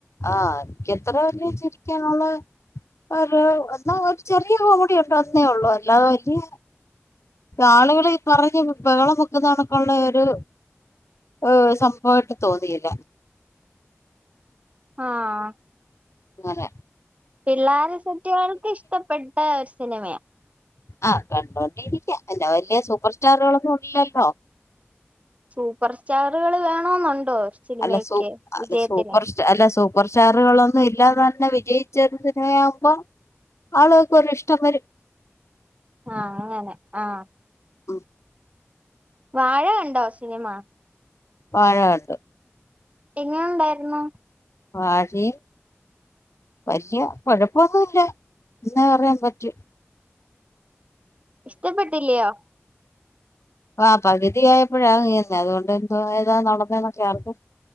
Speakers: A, on the left (about 80°); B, on the right (about 30°).
A: ആഹ് എനിക്ക് അത്ര വല്ല്യ ചിരിക്കാനുള്ള ഒരു എന്നാ ഒരു ചെറിയ കോമഡി ഉണ്ടോ ഒന്നേ ഉള്ളു അല്ലാതെ വല്ല്യ ആളുകള് ഈ പറഞ്ഞ് ബഹളം വെക്കുന്നണൊക്കെ ഉള്ള ഒരു ഏഹ് സംഭവായിട്ട് തോന്നിയില്ല
B: ആഹ്
A: ഇങ്ങനെ
B: പിള്ളേര സെറ്റികൾക്ക് ഇഷ്ടപ്പെട്ട ഒരു സിനിമ
A: ആഹ് കണ്ടോണ്ടിരിക്ക അല്ല വലിയ സൂപ്പർ സ്റ്റാറുകളൊന്നും ഇല്ലല്ലോ
B: സൂപ്പർ സ്റ്റാറുകള് വേണെന്നുണ്ടോ സിനിമെക്ക്
A: അല്ല സൂ അല്ല
B: വിജയത്തിന്
A: സൂപ്പർ അല്ല സൂപ്പർ സ്റ്റാറുകളൊന്നും ഇല്ലാതെ തന്നെ വിജയിച്ച ഒരു സിനിമയാവുമ്പോ ആളുകൾക്കൊരു ഇഷ്ടം വരും
B: ആഹ് അങ്ങനെ ആഹ്
A: ഉം
B: വാഴ കണ്ടോ സിനിമ
A: വാഴ കണ്ടു
B: എങ്ങനെ ഉണ്ടായിരുന്നു
A: വാഴിം വല്യ കുഴപ്പൊന്നുല്ല എന്ന് പറയാൻ പറ്റൂം
B: ഇഷ്ടപ്പെട്ടില്ലയോ
A: ആഹ് പകുതിയായപ്പോഴാ ഞാൻ കേറുന്നേ അതുകൊണ്ട് എന്താ നടന്നന്നൊക്കെ ആർക്കും